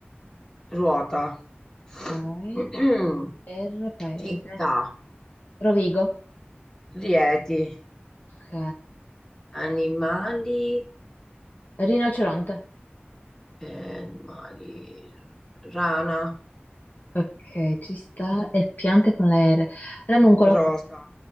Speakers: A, on the left; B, on the left.
A: Ruota. <clears throat>
B: Ok. R paese.
A: Città.
B: Rovigo.
A: Rieti.
B: Ok.
A: Animali.
B: Rinoceronte.
A: eh, animali. Rana.
B: Ok, ci sta. E piante con la R. Ranuncolo.
A: Rosa.